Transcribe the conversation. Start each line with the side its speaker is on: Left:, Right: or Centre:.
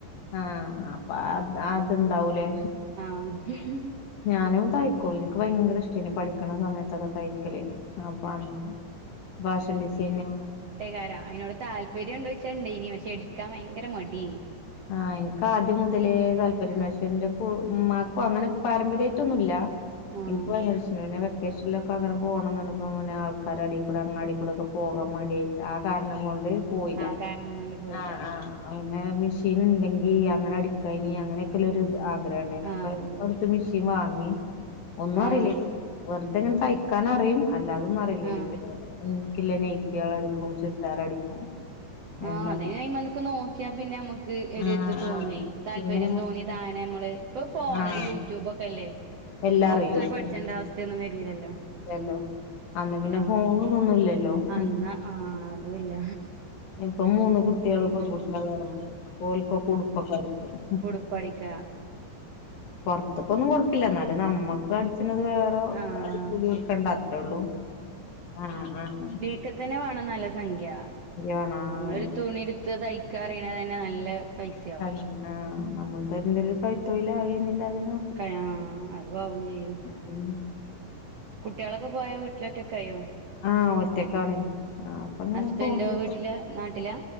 Left: ആഹ് അപ്പൊ അ അതുണ്ടാവൂലേ
Right: അ <unintelligible>
Left: ഞാനും തയ്ക്കും എനിക്ക് ഭയങ്കര ഇഷ്ടനി പഠിക്കണ സമയത്തൊക്കെ തയ്ക്കല് ആഹ് അപ്പം അങ്ങനെ ഫാഷൻ ഡിസൈനിംഗ്
Right: കാരം അതിനോട് താല്പര്യം ഉണ്ടോന്ന് ചോദിച്ച ഉണ്ടയേനി പക്ഷെ എടുക്കാൻ ഭയങ്കര മടീയനി
Left: ആഹ് എനക്ക് ആദ്യം മുതലേ താല്പര്യം ഉണ്ടായി പക്ഷെ എന്റെ കു ഉമ്മാക്കും അങ്ങനെ പാരമ്പര്യമായിട്ടൊന്നുമില്ല.
Right: ആഹ്
Left: എനിക്ക് ഭയങ്കര ഇഷ്ടേണി പിന്നെ ബസിൽ ഒകെ അങ്ങനെ പോണംന്ന് പറഞ്ഞപ്പോ പിന്നെ ആൾക്കാര് എടെകൂടെ അങ്ങാടി കൂടൊക്കെ പോവാൻ മടിയായിട്ട് ആഹ് കാരണം കൊണ്ട് പോയില്ല
Right: ആ കാരണം കൊണ്ട് പോയില്ല
Left: ആഹ് ആഹ് ആഹ് ഏഹ് മെഷീൻ ഉണ്ടെങ്കി അങ്ങനെ അടിക്ക ഇനി അങ്ങനെ സ്സിലൊരു ആഗ്രഹണ്ടായിനി
Right: ആഹ്
Left: അപ്പൊ ഇപ്പം അടുത്ത് മെഷീൻ വാങ്ങി ഒന്നും അറിയില്ലേയി
Right: ആഹ്
Left: വെറുതെ ഇങ്ങനെ തയ്ക്കാനറിയും അല്ലാതൊന്നും അറിയില്ലേയി
Right: ആഹ്
Left: ഇപ്പം എനിക്കില്ലേ നൈറ്റികൾ അടിക്കും ചുരിദാർ അടിക്കും
Right: ആഹ്
Left: എന്താ
Right: അതനേ അയിമക് നോക്കിയാ പിന്നെ നമുക്ക് ഒരു
Left: ആഹ്
Right: ഇത് തോന്നുവെ
Left: ആഹ്
Right: താല്പര്യം
Left: പിന്നെ
Right: തോന്നി താനെ നമ്മള് ഇപ്പൊ ഫോണില്
Left: ആഹ്
Right: യൂട്യൂബ് ഒക്കെല്ലേ
Left: എല്ലാം
Right: പുറത്തു
Left: അറിയും
Right: പോയി പഠിച്ചണ്ട
Left: ഉം
Right: അവസ്ഥയൊന്നും വരൂലല്ലോ
Left: ഇല്ലല്ലോ അന്ന് പിന്നെ
Right: ആഹ്
Left: ഫോണ് ഇതൊന്നുവില്ലല്ലോ
Right: അന്നാ
Left: മംഹ്
Right: ആഹ് അതുവില്ല
Left: ഇപ്പം മൂന്ന് കുട്ടികള് പെൺകുട്ടികള അപ്പൊ ഓൽക്കോക്കെ ഉടുപ്പൊക്കെ അടിക്കും
Right: ഉടുപ്പ് അടിക്ക
Left: പുറത്തക്കു ഒന്നും കൊടുക്കില്ല എന്നാലും നമ്മക്ക് അടിച്ചണത് വേറെ പോ
Right: ആഹ്
Left: അടിക്കൂലി കൊടുക്കണ്ട അത്രേ ഉള്ളൂ ആഹ് ആഹ്
Right: ഒകേതന്നെ വേണം നല്ല സംഖ്യ
Left: വേണം ആഹ്
Right: നമ്മളൊരു തുണി എടുത്ത് തയ്ക്കാറിയണതന്നെ നല്ല പൈസയാവും
Left: ആഹ് നമ്മൾ ത എന്തേലും കൈതൊയിൽ ആയി ന്നതിൽ
Right: കാ അറിവാവും ചെയ്യും
Left: മം
Right: കുട്ടികളൊക്കെ പോയാ വീട്ടിലോറ്റൊക്കെ ആയോ
Left: ആഹ് ഒറ്റക്കാണേ ആ അപ്പൊ ഇങ്ങനെ
Right: ഹസ്ബൻഡോ
Left: ഫോണിൽ
Right: വീട്ടില് നാട്ടിലാ